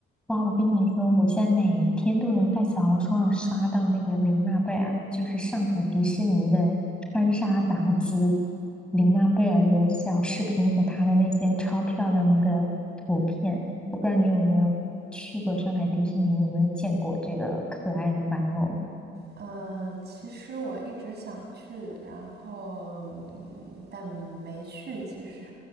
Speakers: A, in the centre; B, on the right (about 55°).
A: 哇，我跟你说，我现在每一天都能在小红书上刷到那个玲娜贝儿，就是上海迪士尼的穿沙妲己，玲娜贝儿的小视频和她的那些超漂亮的图片。我不知道你有没有去过上海迪士尼，有没有见过这个可爱的玩偶？
B: 嗯，其实我一直想去，然后嗯但没去。其实